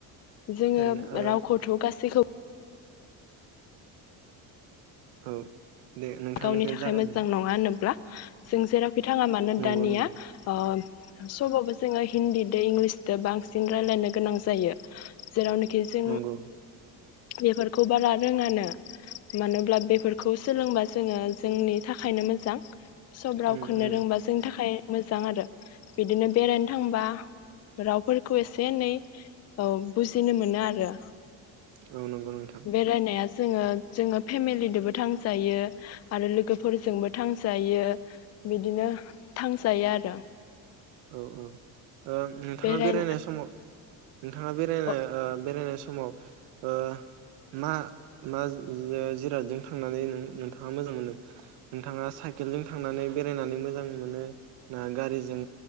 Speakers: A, on the left (about 40°); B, on the right (about 80°).
A: जोङो
B: थारैनो ओ
A: रावखौथ' गासैखौ
B: औ दे नोंथांनिखौ
A: गावनि थाखाय
B: जागायनाय
A: मोजां नङा होनोब्ला जों जेराव बिथांआ मानो
B: नंगौ
A: दानिया
B: नंगौ
A: ओ सबावबो जोङो हिन्दीदो इंलिसदो बांसिन रायलायनो गोनां जायो जेरावनो खि जों
B: नंगौ
A: बेफोरखौ बारा रोङानो मानोब्ला बेफोरखौ सोलोंबासो जोङो जोंनि थाखायनो मोजां। सब रावखौनो
B: उम उम
A: रोंबा जोंनि थाखाय मोजां आरो बिदिनो बेरायनो थांबा रावफोरखौ एसे एनै ओ बुजिनो मोनो आरो।
B: औ नंगौ नोंथां।
A: बेरायनाया जोङो जोङो फेमिलिदोंबो थांजायो। आरो लोगोफोरजोंबो थांजायो बिदिनो थांजायो आरो।
B: औ औ। ओ नोंथाङा
A: बेराय
B: बेरायनाय समाव नोंथाङा बेरायनो
A: औ
B: ओ बेरायनो समाव ओ मा मा ओ जिरादजों थांनानै नों-नोंथाङा मोजां मोनो? नोंथाङा साइकेलजों थांनानै बेरायनानै मोजां मोनो ना गारिजों?